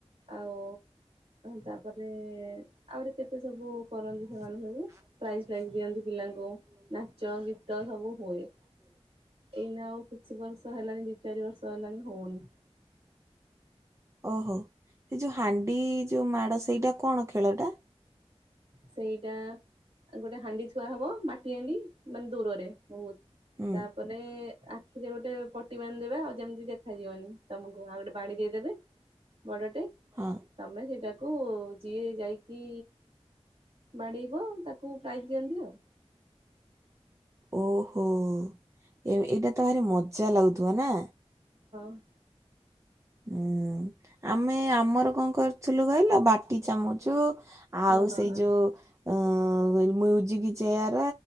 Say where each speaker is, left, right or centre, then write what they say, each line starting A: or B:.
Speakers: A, on the right; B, on the right.
A: ଆଉ ତାପରେ ଆହୁରି କେତେ ସବୁ କରନ୍ତି
B: ରଜରେ
A: ସେମାନେ ସବୁ
B: ହାଣ୍ଡିଗୁଡ଼ା
A: ପ୍ରାଇଜ ପ୍ରାଇଜ ଦିଅନ୍ତି
B: ଖେଳ ହୁଏ ଆଉ ତାପରେ
A: ପିଲାଙ୍କୁ
B: ଆହୁରି କେତେ ସବୁ କରନ୍ତି ଖେଳ ହୁଏ ପ୍ରାଇଜ୍ ଫ୍ରାଇଜ୍ ଦିଅନ୍ତି ପିଲାଙ୍କୁ
A: ନାଚ ଗୀତ
B: ନାଚ
A: ସବୁ
B: ଗୀତ
A: ହୁଏ। ଏଇ
B: ସବୁ ହୁଏ।
A: ନା ଆଉ କିଛି ବର୍ଷ ହେଲାଣି ଦୁଇ ଚାରି ବର୍ଷ ହେଲାଣି ହଉନି।
B: ଓହୋ ସେ ଯୋଉ ହାଣ୍ଡି ଯୋଉ ମାଡ ସେଇଟା କଣ ଖେଳଟା?
A: ସେଇଟା ଗୋଟେ ହାଣ୍ଡି ଥୁଆ ହବ ମାଟି ହାଣ୍ଡି ମାନେ ଦୂରରେ ବହୁତ।
B: ହୁଁ
A: ତାପରେ ଆଖିରେ ଗୋଟେ ପଟି ବାନ୍ଦେବେ ଆଉ ଯେମିତି ଦେଖାଯିବନି ତମକୁ ଆଉ ଗୋଟେ ବାଡି ଦେଇଦେବେ। ବଡଟେ
B: ହଁ।
A: ତମେ ସେଇଟାକୁ ଯିଏ ଯାଇକି ବାଡ଼େଇବ ତାକୁ ପ୍ରାଇଜ ଦିଅନ୍ତି ଆଉ।
B: ଓହୋ ଏ ଏଇଟା ତ ଭାରି ମଜା ଲାଗୁଥିବ ନା।
A: <inaudible>
B: ହୁଁ ଆମେ ଆମର କଣ କରିଥିଲୁ କହିଲା ବାଟି ଚାମୁଚୁ। ଆଉ
A: ହଁ ହଁ
B: ସେଇ
A: ହଁ
B: ଯୋଉ ଅ ମଜିକି ଚେୟାର।